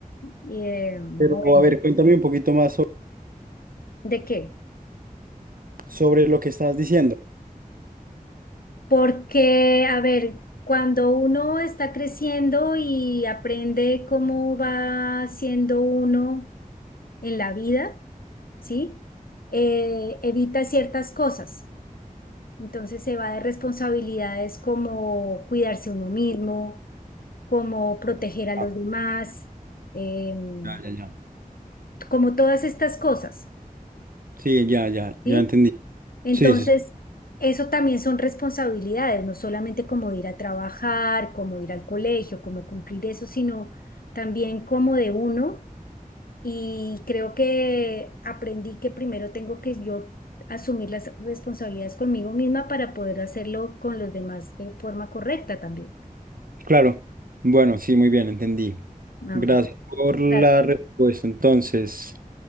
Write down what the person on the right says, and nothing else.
Pero a ver, cuéntame un poquito más so-
sobre lo que estás diciendo.
Ah,
ya, ya, ya.
Sí, ya, ya,
ya entendí.
Sí, sí.
Claro. Bueno, sí, muy bien, entendí.
Gracias
por la
respuesta. Entonces,